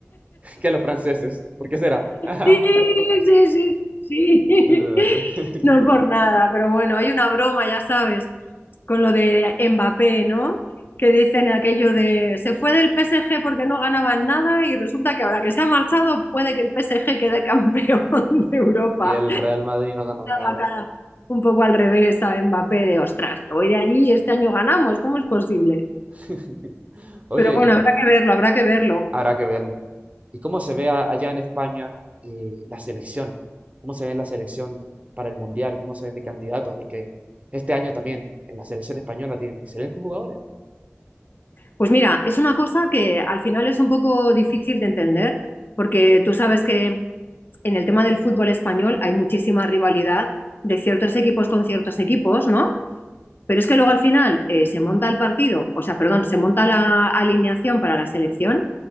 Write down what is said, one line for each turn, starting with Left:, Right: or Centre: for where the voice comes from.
Right: <laughs> que los franceses, ¿por qué será? <laughs>
Left: Sí, sí, sí, sí.
Right: Eh,
Left: <laughs>
Right: <laughs>
Left: No por nada, pero bueno, hay una broma, ya sabes, con lo de Mbappé, ¿no? Que dicen aquello de se fue del PSG porque no ganaban nada y resulta que ahora que se ha marchado puede que el PSG quede campeón <laughs> de Europa.
Right: Y el Real Madrid no ganó nada.
Left: La cara Un poco al revés a Mbappé de, ostras, voy de allí y este año ganamos, ¿cómo es posible?
Right: <laughs> Oye,
Left: Pero bueno, habrá que verlo, habrá que verlo.
Right: habrá que verlo. ¿Y cómo se ve a- allá en España eh, la selección? ¿Cómo se ve la selección para el Mundial? ¿Cómo se ven de candidatos? Porque este año también en la selección española tienen excelentes jugadores.
Left: Pues mira, es una cosa que al final es un poco difícil de entender, porque tú sabes que en el tema del fútbol español hay muchísima rivalidad de ciertos equipos con ciertos equipos, ¿no? Pero es que luego al final eh, se monta el partido, o sea, perdón, se monta la alineación para la selección